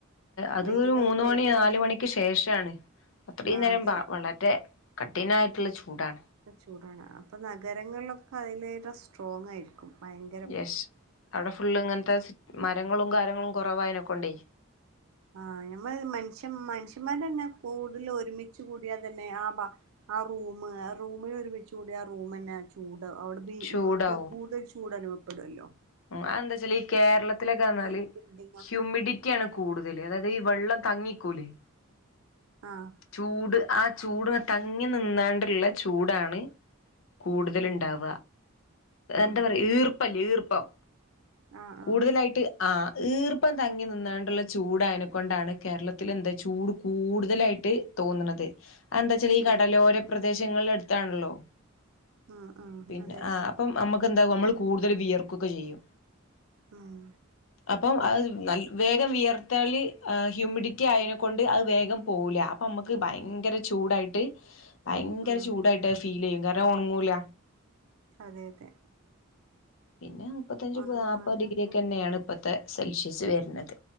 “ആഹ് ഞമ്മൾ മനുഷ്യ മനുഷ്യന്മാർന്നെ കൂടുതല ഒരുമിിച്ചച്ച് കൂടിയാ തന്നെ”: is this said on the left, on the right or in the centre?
Right